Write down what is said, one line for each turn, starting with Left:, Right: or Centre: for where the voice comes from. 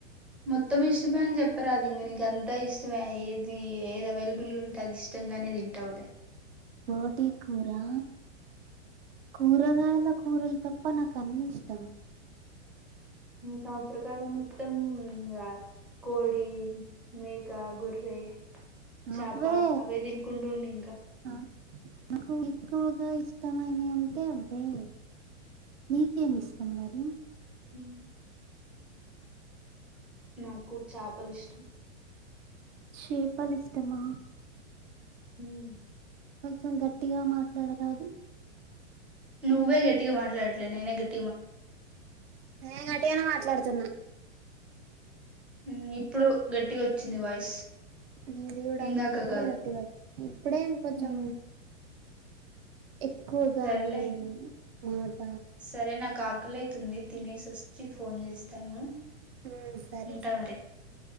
Centre: మొత్తం ఇష్టమే అని చెప్పరాదు ఇంగ నీకు అంత ఇష్ట ఇష్టమే ఏది ఏది అవైలబుల్గా ఉంటే అది ఇష్టంగానే తింటావుడ
Right: బోటీ కూరా కూరగాయల కూరలు తప్ప నాకు అన్నీ ఇష్టం
Centre: సంవత్సరకాలం మొత్తం ఇంగ కోడి మేక గొర్రె చాప
Right: అవే
Centre: అవే తినుకుంటుండు ఇంక
Right: ఆ నాకు ఎక్కువగా ఇష్టమైనవి అంటే అవే మీకేమి ఇష్టం మరి
Centre: ఉ నాకు చాపలు ఇష్టం
Right: చేపలు ఇష్టమా
Centre: హ్మ
Right: కొంచెం గట్టిగా మాట్లాడరాదు
Centre: నువ్వే గట్టిగ మాట్లాడట్లేదు నేనే గట్టి
Right: నేను గట్టిగనే మాట్లాడుతుంది
Centre: హ్మ ఇప్పుడు గట్టిగ వచ్చింది వాయిస్
Right: నీది కూడా
Centre: ఇందాక
Right: ఇప్పుడే
Centre: కాదు
Right: గట్టిగా వచ్చింది ఇప్పుడే కొంచెం
Centre: హ్మ్
Right: ఎక్కువగానీ
Centre: సరేలే
Right: ఆ
Centre: సరే నాకు ఆకలైతుంది తినేసి వస్త్ వచ్చి ఫోన్ చేస్తాను
Right: ఉమ్, సరే
Centre: ఉంటా
Right: సరే
Centre: మరి